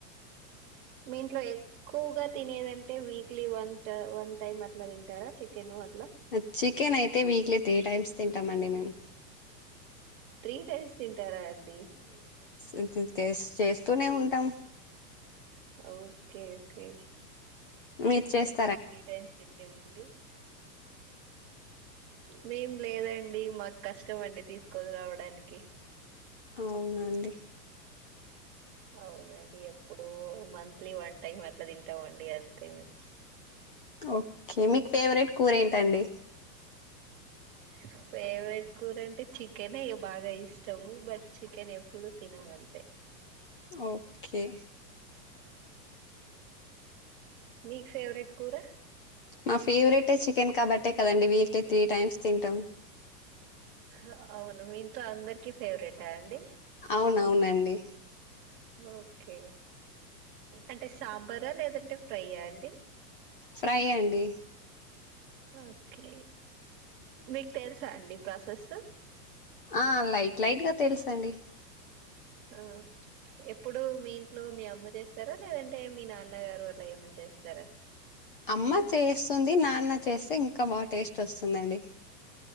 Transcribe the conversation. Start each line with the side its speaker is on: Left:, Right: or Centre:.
Right: మీ ఇంట్లో ఎక్కువగా తినేదంటే వీక్లీ వన్ట్ వన్ టైమ్ అట్లా తింటారా చికెను అ
Left: ఆ చికెన్ అయితే వీక్లీ త్రీ టైమ్స్ తింటామండి మేము
Right: త్రీ టైమ్స్ తింటారా అండి
Left: ఇంతింతేస్ చేస్తూనే ఉంటాం
Right: ఓకే ఓకే
Left: మీరు చేస్త
Right: త్రీ టైమ్స్ తింటే వీక్లీ మేం లేదండి మాక్ కష్టం అండి తీసుకోని రావడానికి
Left: అవునాండి
Right: అవునండి ఎప్పుడో మంత్లీ వన్ టైమ్ అ ట్లా తింటామండి అంతేమేం
Left: ఓకే మీక్ ఫేవరెట్ కూర ఏంటండి
Right: హిం ఫేవరెట్ కూర అంటే చికెన్ ఎ బాగా ఇష్టము బట్ చికెన్ ఎప్పుడూ తినము అంతే
Left: ఓకే
Right: మీక్ ఫేవరెట్ కూర
Left: నా ఫేవరెటే చికెన్ కాబట్టే కదండి వీక్లీ త్రీ టైమ్స్ తింటాం
Right: ఆ అవును మీఇంట్లో అందరికి ఫేవరేటా అండి
Left: అవునవునండి
Right: ఓకే అంటే సాంబారా లేదంటే ఫ్రై ఆ అండి
Left: ఫ్రై అండి
Right: ఓకే మీకు తెలుసా అండి ప్రాసెసు
Left: ఆ లైట్ లైట్ గా టేల్స్ అండి
Right: ఆ ఎప్పుడు మీ ఇంట్లో మీ అమ్మ చేస్తారా లేదంటే మీ నాన్నగారు అట్ల ఏమన్నా చేస్తారా
Left: అమ్మ చేస్తుంది నాన్న చేస్తే ఇంకా బాగా టేస్ట్ వస్తుంది అండి